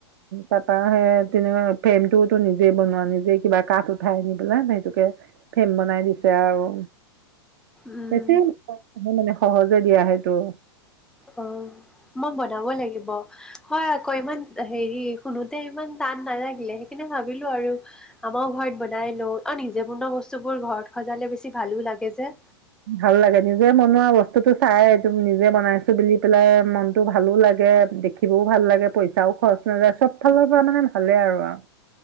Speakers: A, on the right (about 50°); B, in the centre.
A: তাৰ পৰা সেই তেনেকৈ ফ্ৰেমটোওতো নিজে বনোৱা নিজে কিবা কাঠ উঠাই আনি পেলাই সেইটোকে ফেম বনাই দিছে আৰু।
B: উম
A: বেছি। সহজে দিয়া সেইটো।
B: অ মই বনাব- লাগিব হয় আকৌ ইমান হেৰি শুনোতে ইমান। চান নালাগিলে সেইকানে ভাব- ভাবিলো আৰু আমাৰ ঘৰত। বনাই লওঁ আৰু নিজে বনোৱা বস্তু বোৰ ঘৰত সজালে বেছি। ভালো লাগে যে।
A: ভাল লাগে নিজে বনোৱা বস্তু- বস্তুতটো চাই নিজে বনাইছো বুলি পেলাই মনতো ভালো লাগে দেখিবও ভাল লাগে পইচাও খৰচ নাযায় চব ফালৰ পৰা মানে ভালে আৰু আৰু।